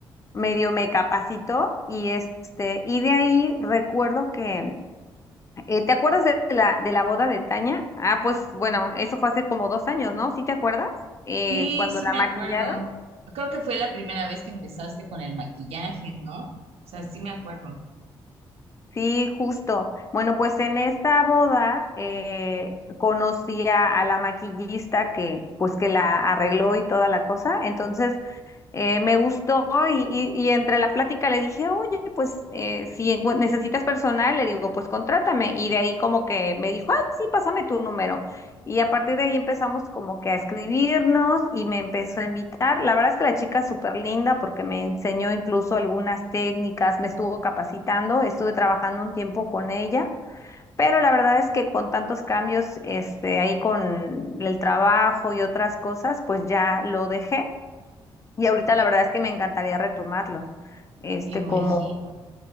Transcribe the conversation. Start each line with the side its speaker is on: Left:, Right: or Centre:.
Left: medio me capacitó y este, y de ahí recuerdo que, eh, ¿te acuerdas de la, de la boda de Tania? Ah, pues bueno, eso fue hace como dos años, ¿no? ¿Sí te acuerdas? Eh,
Right: Sí,
Left: cuando
Right: sí
Left: la
Right: me
Left: maquillaron.
Right: acuerdo. Creo que fue la primera vez que empezaste con el maquillaje, ¿no? O sea, sí me acuerdo.
Left: Sí, justo. Bueno, pues en esta boda eh, conocí a, a la maquillista que, pues que la arregló y toda la cosa. Entonces, Eh, me gustó y, y- y entre la plática le dije, oye, pues eh, si encu- necesitas personal, le digo, pues contrátame. Y de ahí como que me dijo, ay, sí, pásame tu número. Y a partir de ahí empezamos como que a escribirnos y me empezó a invitar. La verdad es que la chica es súper linda porque me enseñó incluso algunas técnicas, me estuvo capacitando, estuve trabajando un tiempo con ella. Pero la verdad es que con tantos cambios, este, ahí con el trabajo y otras cosas, pues ya lo dejé. Y ahorita la verdad es que me encantaría retomarlo. Este,
Right: Me imagino.
Left: como,